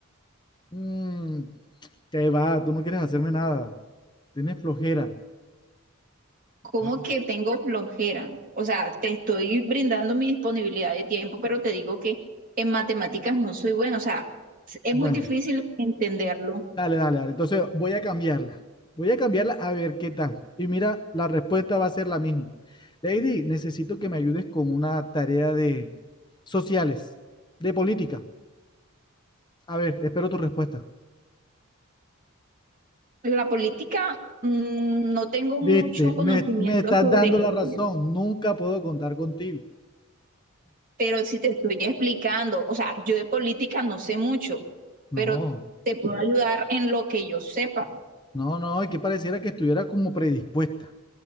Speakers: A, on the left; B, on the right.
A: Mm, que va, tú no quieres hacerme nada. Tienes flojera.
B: como
A: Da-
B: que tengo flojera. O sea, te estoy brindando mi disponibilidad de tiempo, pero te digo que en matemáticas no soy buena. O sea, es es
A: Bueno,
B: muy difícil entenderlo.
A: dale, dale, dale. Entonces voy a cambiarla. Voy a cambiarla a ver qué tal. Y mira, la respuesta va a ser la misma. Lady, necesito que me ayudes con una tarea de sociales, de política. A ver, espero tu respuesta.
B: La política, mm, no tengo
A: Viste,
B: mucho conocimiento
A: me, me estás
B: sobre
A: dando la razón.
B: ella,
A: Nunca puedo contar contigo.
B: pero si te estoy explicando, o sea, yo de política no sé mucho,
A: No.
B: pero te puedo ayudar en lo que yo sepa.
A: No, no, es que pareciera que estuviera como predispuesta.